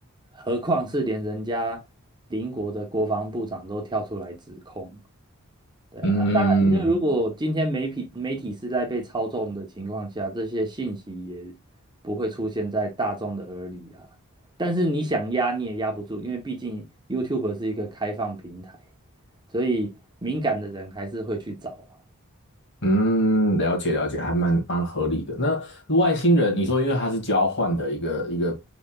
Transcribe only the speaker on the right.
何况是连人家邻国的国防部长都跳出来指控，对啊，
然后当然，因为如果今天媒体媒体是在被操纵的情况下，这些信息也不会出现在大众的耳里啦。但是你想压你也压不住，因为毕竟 YouTube 是一个开放平台，所以敏感的人还是会去找啊。